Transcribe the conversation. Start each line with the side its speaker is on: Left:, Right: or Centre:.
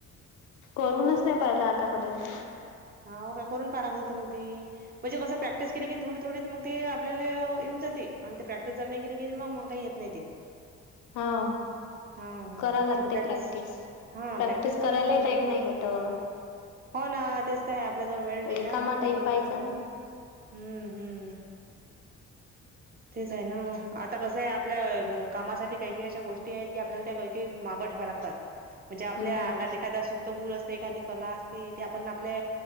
Left: करूनच नाही पाहिला आतापर्यंत.
Right: हा काय करून पाहा लागत होत मग ती. म्हणजे कसं प्रॅक्टिस केली की थोडी थोडी मग ते आपल्याला येऊन जाते, आणि ते प्रॅक्टिस जर नाही केली की मग मग काही येत नाही ते.
Left: हां.
Right: हां हां
Left: कराय
Right: म्हणजे
Left: लागते प्रॅक्टिस,
Right: हां
Left: प्रॅक्टिस
Right: करावी
Left: करायलाही
Right: लागते मग
Left: टाइम
Right: त्याची
Left: नाही भेटत.
Right: हो ना तेच तर आहे आपल्या जवळ वेळ नाही
Left: रिकामा
Right: ना कोणती
Left: टाइम पाहिजे
Right: गोष्ट करायची
Left: ना
Right: हम्म हम्म.
Left: <inaudible>
Right: तेच आहे ना आता कसं आहे आपल्या कामासाठी काही काही अशा गोष्टी आहेत की आपल्याला त्या काही काही मागं ठेवा लागतात.
Left: <inaudible>
Right: म्हणजे आपल्या
Left: हम्म.
Right: अंगात एखाद्या सुप्त गुण असते, एखादी कला असते ते आपण आपल्या